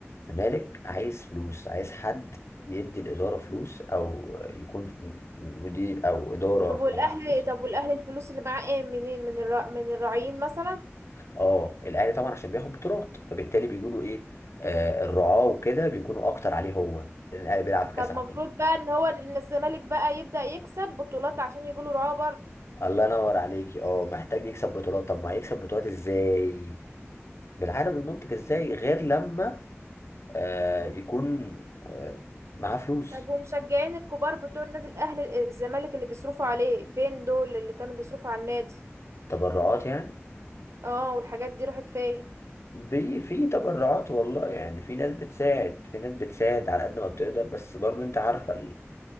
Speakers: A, on the left; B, on the right.
A: الزمالك عايز فلوس عايز حد يدي الإدارة فلوس أو يكون مدير أو إدارة
B: طب والاهلي
A: معاها فلوس
B: طب والاهلي الفلوس اللي معاه ايه منين من الر... من الراعيين مثلا
A: اه الاهلي طبعا عشان بياخد بطولات فبالتالي بيقولوا ايه آه الرعاة وكده بيكونوا اكتر عليه هو لان الاهلي بيلعب في كاس
B: طب المفروض
A: عالم
B: بقى ان هو ان الزمالك بقى يبدا يكسب بطولات عشان يجيله رعاه برضه
A: الله ينور عليكي اه محتاج يكسب بطولات طب ما هيكسب بطولات ازاي بالعقل بالمنطق ازاي غير لما آه يكون آه معاه فلوس
B: طب ومشجعين الكبار بتوع النادي الاهلي الزمالك اللي بيصرفوا عليه فين دول اللي كانوا بيصرفوا على النادي
A: تبرعات يعني
B: اه والحاجات دي راحت فين
A: بي في تبرعات والله يعني في ناس بتساعد في ناس بتساعد على قد ما بتقدر بس برضه انت عارفة